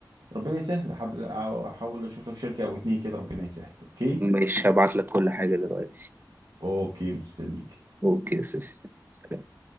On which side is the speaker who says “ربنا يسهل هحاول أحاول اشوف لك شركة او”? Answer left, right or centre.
Right